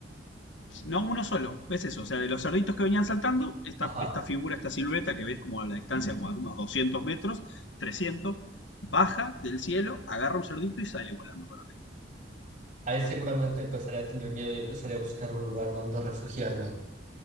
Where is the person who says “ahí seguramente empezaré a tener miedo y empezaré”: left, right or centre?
Right